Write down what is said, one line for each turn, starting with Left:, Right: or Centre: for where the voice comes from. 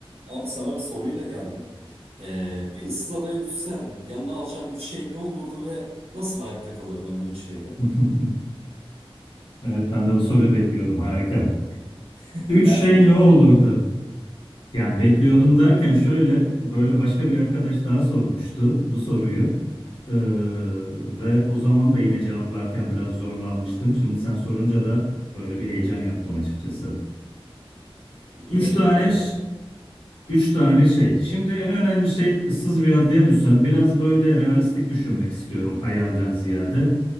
Right: Abi sana bir soruyla geldim. Ee, bir ıssız adaya düşsen yanına alacağın üç şey ne olurdu ve nasıl hayatta kalırdın bu üç şeyle?
Left: <laughs> Evet, ben de bu soruyu bekliyordum. Harika.
Right: <laughs>
Left: Üç
Right: Nereden
Left: şey
Right: bekliyordun
Left: ne olurdu?
Right: lan?
Left: Yani bekliyordum derken şöyle, böyle başka bir arkadaş daha sormuştu bu soruyu. Ee, ve o zaman da yine cevaplarken biraz zorlanmıştım. Şimdi sen sorunca da böyle bir heyecan yaptım açıkçası.
Right: İyi
Left: Üç
Right: hadi
Left: tane
Right: bakalım abi.
Left: Üç tane şey. Şimdi en önemli şey ıssız bir adaya düşsen biraz böyle realistik düşünmek istiyorum hayalden ziyade.